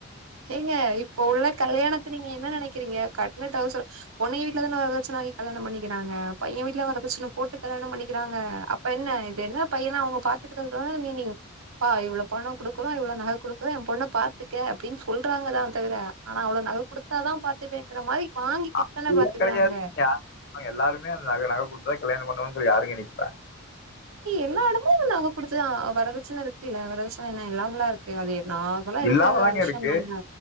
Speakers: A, on the right; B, on the left.
A: ஏங்க இப்ப உள்ள கல்யாணத்த நீங்க என்ன நெனக்கிறீங்க கட் னா டவுசரோ பொன்னய வீட்ல தான வரதட்ச்சண வாங்கி கல்யாணம் பண்ணிக்கிறாங்க பைய வீட்ல வரதட்ச்சண போட்டு கல்யாணம் பண்ணிக்கிறாங்க அப்ப என்ன இது என்ன பையன அவுங்க பாத்துக்கிறது தான மீனிங் பா இவ்ளோ பணோ குடுக்குறோ இவ்ளோ நக குடுக்குறோ ஏ பொண்ண பாத்துக்க அப்டின்னு சொல்றாங்க தா தவிர ஆனா அவ்ள நக குடுத்தாதா பாத்துப்பேங்கிற மாரி வாங்கிக்கிட்டு
B: அப்டில்லா
A: தான பாத்துக்கறாங்க
B: கெடையாதுங்க யாருங்க சொன்னா எல்லாருமே அந்த நகை நக குடுத்து தா கல்யாணம் பண்ணுவே அப்டி யாருங்க நிப்பா
A: எல்லா எடமு நக குடுத்துதா ஆவா வரதட்சண இருக்குல்ல வரதட்சண என்ன இல்லாமலா இருக்கு அது நார்மலா இருக்கிற
B: இல்லாமதாங்க
A: ஒரு விஷயந்தான
B: இருக்கு